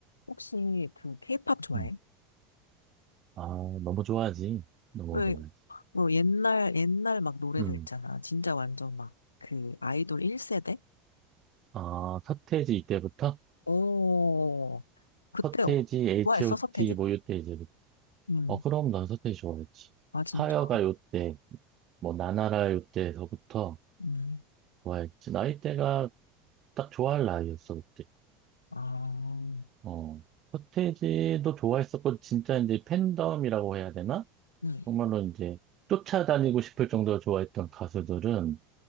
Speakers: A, on the left; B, on the right.
A: 혹시 그 케이팝 좋아해?
B: 음. 아, 너무 좋아하지. 너무
A: 왜,
B: 좋아하지.
A: 뭐 옛날, 옛날 막 노래들
B: 음.
A: 있잖아. 진짜 완전 막 그 아이돌 1세대?
B: 아, 서태지 이때부터?
A: 오, 그때
B: 서태지,
A: 좋아했었었테지
B: H.O.T. 뭐 요때 이제부터.
A: 응.
B: 어, 그럼 난 서태지 좋아했지.
A: 아, 진짜?
B: 하여가 요때, 뭐 나나라 요때서부터
A: 응.
B: 좋아했지. 나이대가 딱 좋아할 나이였어, 그때.
A: 아,
B: 어. 서태지도 좋아했었고, 진짜 이제 팬덤이라고 해야 되나?
A: 응.
B: 정말로 이제 쫓아다니고 싶을 정도로 좋아했던 가수들은